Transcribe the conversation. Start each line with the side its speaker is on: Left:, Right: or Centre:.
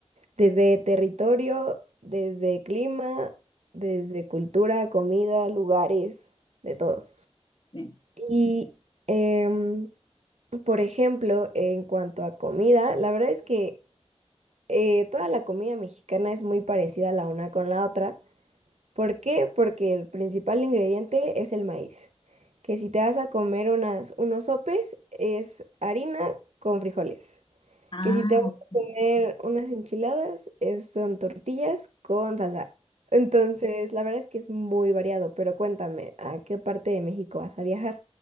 Right: desde territorio, desde clima, desde cultura, comida, lugares, de todo.
Left: Sí.
Right: Y, em, por ejemplo, en cuanto a comida, la verdad es que eh, toda la comida mexicana es muy parecida la una con la otra. ¿Por qué? Porque el principal ingrediente es el maíz, que si te vas a comer unas, unos sopes es harina con frijoles,
Left: Ah,
Right: que si te vas
Left: ok.
Right: a comer unas enchiladas es- son tortillas con salsa. Entonces, la verdad es que es muy variado, pero cuéntame, ¿a qué parte de México vas a viajar?